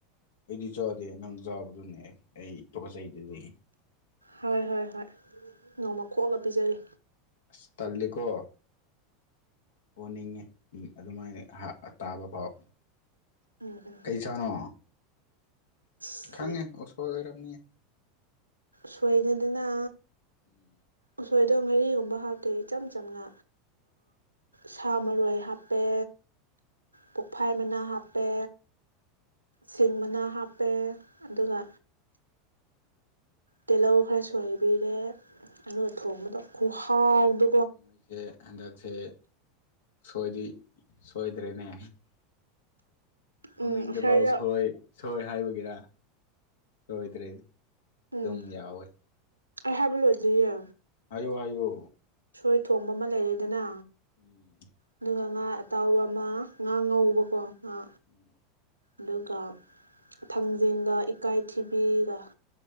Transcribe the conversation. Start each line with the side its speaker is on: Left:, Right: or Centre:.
Left: ꯑꯩꯗꯤ ꯆꯥꯗꯦ ꯅꯪ ꯆꯥꯕꯗꯨꯅꯦ ꯑꯩ ꯇꯣꯀꯠꯆꯩꯗꯨꯗꯤ
Right: ꯍꯣꯏ ꯍꯣꯏ ꯍꯣꯏ ꯅꯣꯡꯃ ꯈꯣꯛꯑꯒ ꯄꯤꯖꯒꯦ
Left: ꯑꯁ ꯇꯜꯜꯂꯤꯀꯣ ꯑꯣꯅꯤꯡꯉꯦ ꯑꯗꯨꯃꯥꯏꯅ ꯇꯥꯕ ꯐꯥꯎ
Right: ꯎꯝ ꯎꯝ
Left: ꯏꯁꯥꯅꯣ
Right: ꯏꯁ
Left: ꯈꯪꯉꯦ ꯑꯣꯁꯣꯏ ꯑꯣꯏꯔꯝꯅꯤꯌꯦ
Right: ꯁꯣꯏꯔ‌ꯦꯗꯅ
Left: <inaudible>
Right: ꯎꯁꯣꯏꯗ ꯉꯥꯔꯤꯒꯨꯝꯕ ꯍꯥꯞꯇꯦ ꯏꯆꯝ ꯆꯝꯅ ꯁꯥ ꯃꯔꯣꯏ ꯍꯥꯞꯄꯦ ꯄꯣꯛꯐꯥꯏ ꯃꯅꯥ ꯍꯥꯞꯄꯦ ꯁꯤꯡ ꯃꯅꯥ ꯍꯥꯞꯄꯦ ꯑꯗꯨꯒ ꯇꯤꯜꯍꯧ ꯈꯔꯁꯨꯣꯏꯕꯤꯔꯦ ꯑꯗꯨꯒ ꯊꯣꯡꯕꯗꯣ ꯈꯨꯍꯥꯎꯗ
Left: ꯅꯣꯏꯁꯦ ꯍꯟꯗꯛꯁꯦ ꯁꯣꯏꯗꯤ ꯁꯣꯏꯗ꯭ꯔꯦꯅꯦ ꯃꯃꯤꯡꯗ
Right: ꯎꯝ ꯉꯁꯥꯏꯗ
Left: ꯐꯥꯎ ꯁꯣꯏ ꯁꯣꯏ ꯍꯥꯏꯕꯒꯤꯔ ꯁꯣꯏꯗ꯭ꯔꯦ ꯑꯗꯨꯝ
Right: ꯎꯝ
Left: ꯌꯥꯎꯋꯦ
Right: ꯑꯩ ꯍꯥꯏꯕ ꯂꯣꯏꯗꯔ꯭ꯤꯌꯦ
Left: ꯍꯥꯏꯌꯣ-ꯍꯥꯏꯌꯣ
Right: ꯎꯁꯣꯏ ꯊꯣꯡꯕ ꯑꯃ ꯂꯩꯔꯦꯗꯅ
Left: ꯎꯝ
Right: ꯑꯗꯨꯒ ꯉꯥ ꯑꯇꯥꯎꯕ ꯑꯃ ꯉꯥ ꯉꯧꯕꯀꯣ
Left: ꯎꯝ
Right: ꯉꯥ
Left: <inaudible>
Right: ꯑꯗꯨꯒ ꯊꯥꯡꯖꯤꯡꯒ ꯏꯀꯥꯏꯊꯤꯕꯤꯒ